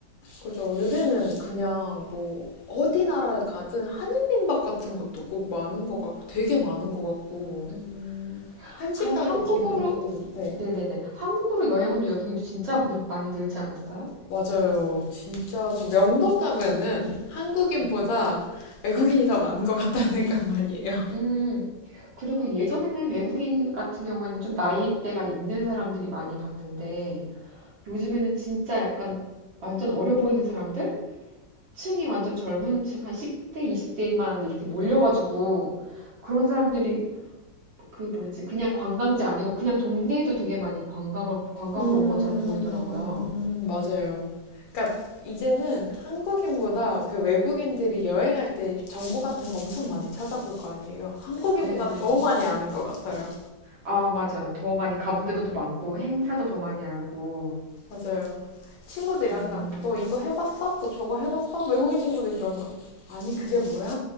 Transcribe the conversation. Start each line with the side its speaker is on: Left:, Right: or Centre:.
Left: 그죠? 요새는 그냥 뭐, 어디 나라를 가든 한인민박 같은 것도 꼭 많은 것 같고, 되게 많은 것 같고,
Right: 음,
Left: 한식당은
Right: 아니, 한국으로,
Left: 기본이고, 네.
Right: 네네네. 한국으로 여행 온 외국인도 진짜 늘, 많이 늘지 않았어요?
Left: 맞아요. 진짜 저 명동 가면은 한국인보다
Right: 네.
Left: 외국인이 더 많은 것 같다는 생각 많이 해요.
Right: 음, 그리고 예전에는 외국인 같은 경우에는 좀 나이대가 있는 사람들이 많이 봤는데, 요즘에는 진짜 약간 완전 어려 보이는 사람들? 층이 완전 젊은 층, 한 10대, 20대만 이렇게 몰려가지고, 그런 사람들이 그 뭐지, 그냥 관광지 아니고 그냥 동네에도 되게 많이 관광을, 관광으로
Left: 음, 음,
Right: 온 것처럼 보이더라고요.
Left: 음, 음, 음, 맞아요. 그러니까 이제는 한국인보다 그 외국인들이 여행할 때 정보 같은 거 엄청 많이 찾아볼 거 아니에요. 한국인보다
Right: 네네.
Left: 더 많이 아는 것 같아요.
Right: 아, 맞아요. 더 많이 가본 데도 더 많고, 행사도 더 많이 알고.
Left: 맞아요. 친구들이
Right: 음.
Left: 항상 너 이거 해봤어? 너 저거 해봤어? 외국인 친구들이 그러면 아니 그게 뭐야?